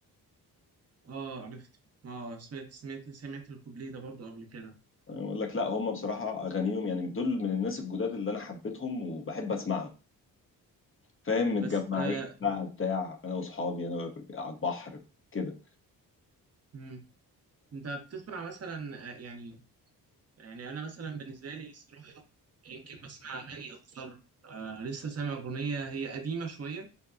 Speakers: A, on the right; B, on the left.
A: اه عرفت اه سمعت سمعت سمعت الكوبليه ده برضو قبل كده
B: أنا بقول لك لا هم بصراحه اغانيهم يعني دول من الناس الجداد اللي انا حبيتهم وبحب اسمعهم فاهم متجمعين
A: بس آه
B: بقى بتاع انا واصحابي انا على البحر كده
A: مم. انت بتسمع مثلا آه يعني يعني انا مثلا بالنسبه لي الصراحه يمكن بسمع اغاني اكثر آه لسه سامع اغنيه هي قديمه شويه